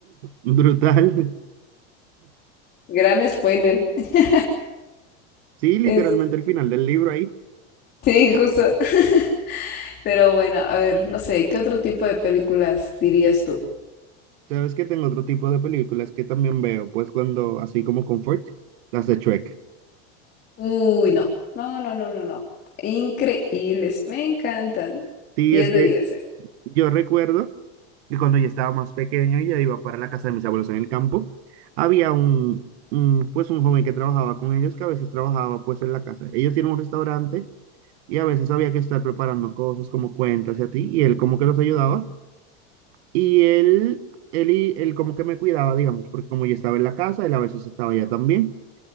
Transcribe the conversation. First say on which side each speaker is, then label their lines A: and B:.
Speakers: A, on the right; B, on the left.
A: Brutal.
B: Gran spoiler. <laughs>
A: Sí, literalmente
B: Es-
A: el final del libro ahí.
B: sí, justo. <laughs> Pero bueno, a ver, no sé, ¿qué otro tipo de películas dirías tú?
A: Sabes que tengo otro tipo de películas que también veo, pues cuando, así como Comfort, las de Shrek.
B: Uy, no, no, no, no, no, no. Increíbles, me encantan.
A: Sí,
B: diez
A: es
B: de
A: que
B: diez eh.
A: yo recuerdo que cuando yo estaba más pequeño y ya iba para la casa de mis abuelos en el campo, había un, un, pues un joven que trabajaba con ellos, que a veces trabajaba pues en la casa. Ellos tienen un restaurante y a veces había que estar preparando cosas como cuentas y a ti, y él como que los ayudaba. Y él, él, y, él como que me cuidaba, digamos, porque como yo estaba en la casa, él a veces estaba allá también.